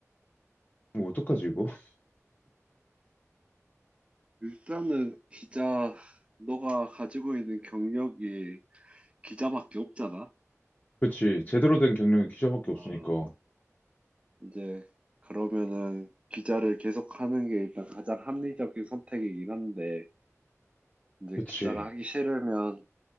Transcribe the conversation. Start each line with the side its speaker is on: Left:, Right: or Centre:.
Left: 뭐 어떡하지 이거? <laughs>
Right: 일단은 기자, 너가 가지고 있는 경력이 기자밖에 없잖아.
Left: 그치, 제대로 된 경력이 기자밖에
Right: 아,
Left: 없으니까.
Right: 이제 그러면은 기자를 계속 하는 게 일단 가장 합리적인 선택이긴 한데, 이제
Left: 그치.
Right: 기자가 하기 싫으면